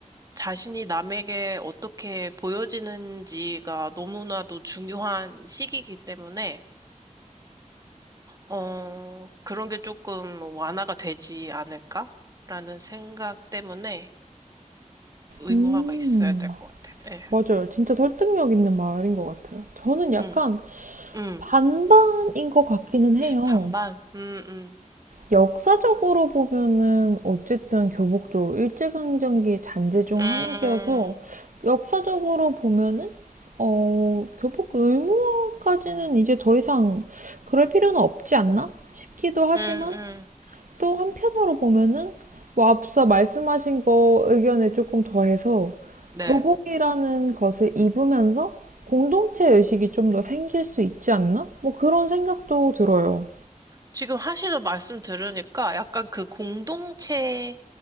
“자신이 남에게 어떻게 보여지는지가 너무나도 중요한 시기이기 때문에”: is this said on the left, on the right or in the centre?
Right